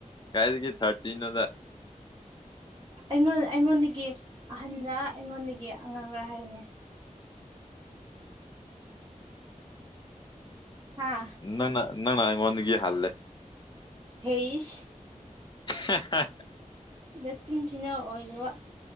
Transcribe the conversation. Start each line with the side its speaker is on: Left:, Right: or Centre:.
Left: ꯀꯥꯏꯗꯒꯤ ꯊꯥꯔꯇꯤꯅ‌ꯣꯗ
Right: ꯑꯩꯉꯣꯟ ꯑꯩꯉꯣꯟꯗꯒꯤ ꯑꯍꯟꯔ ꯑꯩꯉꯣꯟꯗꯒꯤ ꯑꯉꯥꯡꯔ ꯍꯥꯏꯌꯨꯅ‌ꯦ ꯍꯥꯥ
Left: ꯅꯪꯅ ꯅꯪꯅ ꯑꯩꯉꯣꯟꯗꯒꯤ ꯍꯜꯂꯦ
Right: ꯍꯩꯁ
Left: ꯍ‌ꯦ ꯍ‌ꯦ
Right: ꯅꯆꯤꯟ ꯆꯤꯅ ꯑꯣꯏꯗꯕ